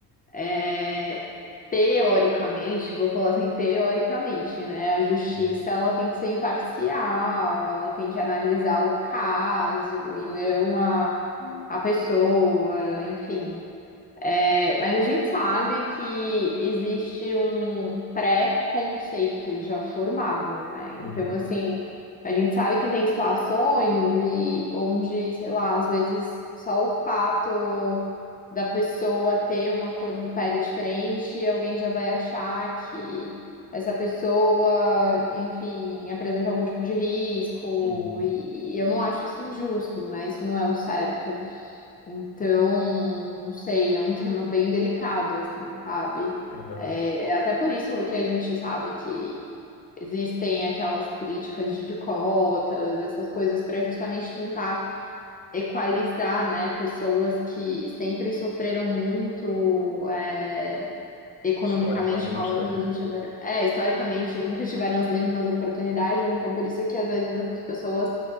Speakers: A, on the left (about 25°); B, on the left (about 65°).
A: É, teoricamente, vou falar assim, teoricamente, né? A justiça,
B: Uhum.
A: ela tem que ser imparcial, ela tem que analisar o caso e não a, a pessoa, enfim. É, mas a gente sabe que existe um pré-conceito já formado, né? Então,
B: Uhum,
A: assim, a gente sabe que tem situações e onde, sei lá, às vezes só o fato da pessoa ter uma cor de pele diferente, alguém já vai achar que essa pessoa, enfim, apresenta algum tipo de risco,
B: uhum,
A: e, e eu não acho isso justo, né? Isso não é o certo. Então, não sei, é um <laughs> tema bem delicado, assim, sabe?
B: aham.
A: É, é até por isso que a gente sabe que existem aquelas políticas de cotas, essas coisas, para justamente tentar equalizar, né, pessoas que sempre sofreram muito, é, economicamente
B: Historicamente
A: falando,
B: também.
A: não tiveram, é, historicamente nunca tiveram as mesmas oportunidades, então por isso que às vezes essas pessoas